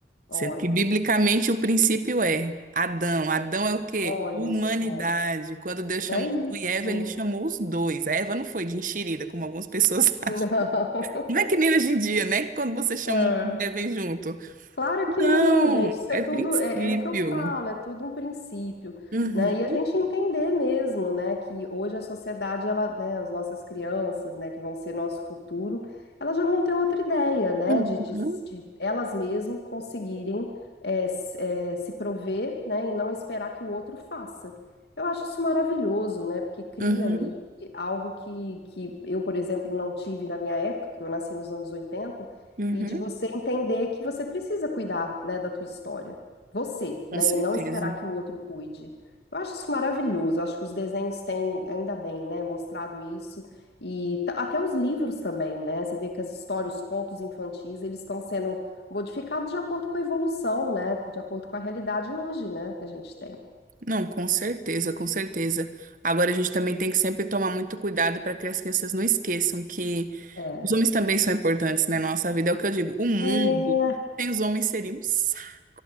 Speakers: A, on the left; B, on the right.
A: Olha,
B: Sendo que biblicamente o princípio é Adão. Adão é o quê?
A: olha
B: Humanidade.
A: só.
B: Quando Deus chamou
A: É isso.
B: Adão e Eva, ele chamou os dois. A Eva não foi de enxerida, como algumas pessoas <laughs>
A: <laughs>
B: acham. Não é que nem hoje em dia, né? Que Quando você chama,
A: Não. É.
B: um, vem junto.
A: Claro que
B: Não,
A: não, gente. Isso
B: é
A: é tudo,
B: princípio.
A: é, é o que eu falo, é tudo um princípio,
B: Uhum,
A: né? E a gente entender mesmo, né, que hoje a sociedade, ela, né, as nossas crianças, né, que vão ser nosso futuro, elas já vão ter outra ideia, né,
B: uhum,
A: de, de, de elas mesmas conseguirem é, s- é, se prover, né, e não esperar que o outro faça. Eu acho isso maravilhoso, né, porque cria
B: uhum,
A: ali algo que, que eu, por exemplo, não tive na minha época, que eu nasci nos anos 80
B: uhum.
A: e de você entender que você precisa cuidar, né, da tua história. Você, né,
B: Com certeza.
A: e não esperar que o outro cuide. Eu acho isso maravilhoso. Eu acho que os desenhos têm, ainda bem, né, mostrado isso e t- até os livros também, né? Você vê que as histórias, os contos infantis, eles estão sendo modificados de acordo com a evolução, né, de acordo com a realidade hoje, né, que a gente tem.
B: Não, com certeza, com certeza. Agora a gente também tem que sempre tomar muito cuidado para que as crianças não esqueçam que
A: É.
B: os homens também são importantes né, na nossa vida. É o que eu digo, o mundo
A: É,
B: sem os homens seria um saco.